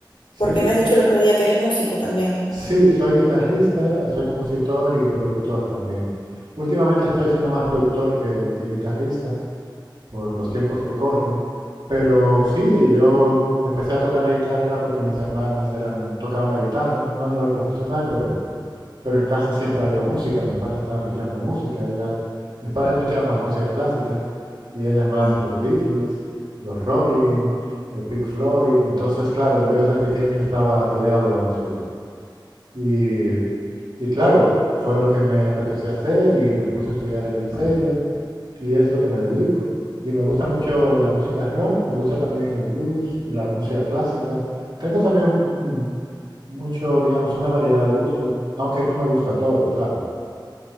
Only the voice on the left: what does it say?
porque me has dicho el otro día que eres músico también.
Ujú.